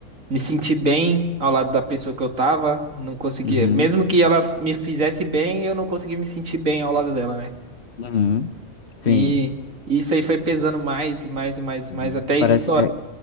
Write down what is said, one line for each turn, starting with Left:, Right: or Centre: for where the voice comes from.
Right: me senti bem ao lado da pessoa que eu tava, não conseguia.
Left: Uhum.
Right: Mesmo que ela me fizesse bem, eu não conseguia me sentir bem ao lado dela, né?
Left: Uhum. Sim.
Right: E isso aí foi pesando mais, e mais, e mais, e
Left: Uhum.
Right: mais, até história.
Left: Parece, é,